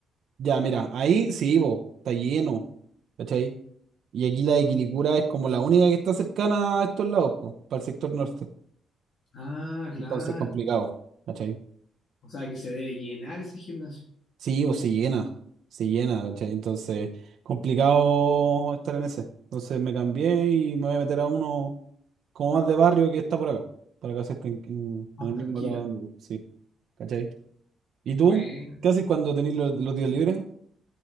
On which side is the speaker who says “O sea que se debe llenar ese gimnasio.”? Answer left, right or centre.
Left